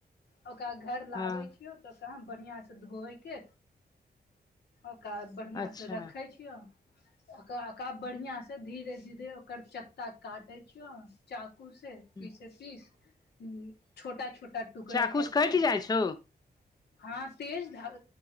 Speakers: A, on the left; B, on the left.
A: ओकरा घर लाबै
B: हँ
A: छियौ तऽ ओकरा बढ़ियाँ सँ धोयके ओकरा बढ़ियाँसँ
B: अच्छा
A: रखै छियौ ओक ओकरा बढ़ियाँ से धीरे धीरे ओकर चक्का काटै छियौ चाकू से पीसें
B: ह
A: पीस छोटा छोटा टुकड़ा
B: चाकूसँ
A: कैरके
B: कटि जाइ छौ
A: हँ तेज ध